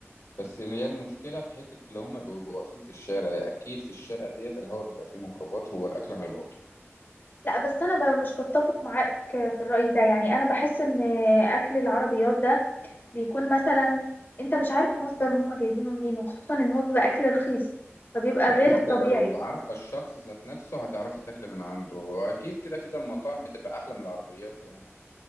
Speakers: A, on the left (about 85°); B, on the left (about 40°).
A: بس يعني هي المشكله في حته اللي هم بيبقوا واقفين في الشارع يعني اكيد في الشارع ديت الهواء بيبقى فيه ميكروبات هو الاكل هيلقطه
B: لا بس انا ب- مش بتفق معاك في الرأي ده يعني انا بحس ان اكل العربيات ده بيكون مثلا انت مش عارف مصدر هم جايبينه منين وخصوصا ان هو بيبقى اكل رخيص فبيبقى
A: لا
B: غير
A: انت
B: الطبيعي
A: لو عارفه الشخص ذات نفسه هتعرفي تاكلي من عنده واكيد كده كده المطاعم بتبقى احلى من العربيات يعني